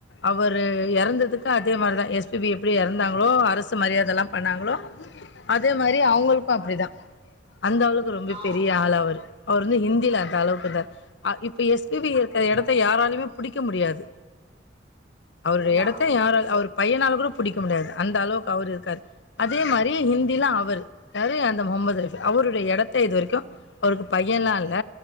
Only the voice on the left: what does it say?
அவர் இறந்ததுக்கு
அதே மாரிதான் எஸ் எப்டி எறந்தாங்களோ அரசு மரியாதையல்லா பண்ணாங்களோ அதே மாரி அவுங்களுக்கோ அப்டிதா அந்த அளவுக்கு ரொம்ப
பெரிய ஆளு அவுரு அவர் வந்து ஹிந்தியில அந்த அளவுக்குயிருந்தாரு அ இப்ப எஸ்பிபி இருக்கிற எடத்த யாராலுமே புடிக்க முடியாது அவருடைய
எடத்த யாரல அவு பையனால் கூட புடிக்க முடியாது அந்த அளவுக்கு அவரு இருக்காரு அதே மாரி ஹிந்தில அவரு யாரு அந்த முகமது ரஃப்க்அவருடைய எடத்த இது வரைக்கும் அவருக்கு பையன்ல்லாம் இல்ல